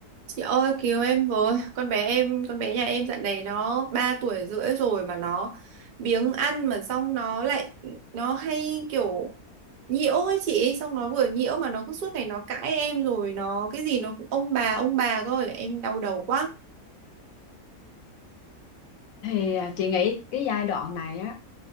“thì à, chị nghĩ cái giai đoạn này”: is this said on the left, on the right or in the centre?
Left